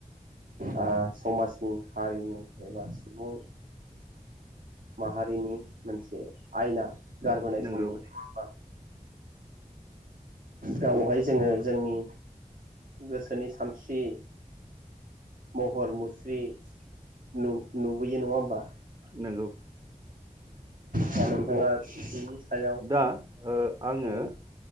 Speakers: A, on the right; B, on the right.
A: ओ समाजनि हारिनि एबा सुबुं माहारिनि मोनसे आयना गारबोनाय
B: नंगौ
A: समनि नङा होमबा गावहाय जोङो जोंनि गोसोनि सानस्रि महर मुस्रि नु-नुबोयो नङा होमबा
B: नंगौ
A: दा नोंथाङा बिनि सायाव
B: दा ओ आङो
A: सौयै